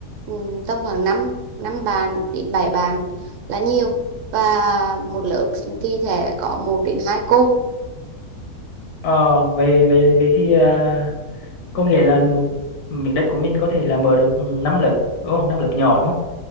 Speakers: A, on the right (about 65°); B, on the left (about 65°).
A: ừ, tầm khoảng 5 năm bàn đến 7 bàn là nhiều và một lớp thì sẽ có một đến hai cô
B: ờ về về về thì à, có nghĩa là một miếng đất của mình có thể là mở được 5 lớp đúng không năm lớp nhỏ đúng không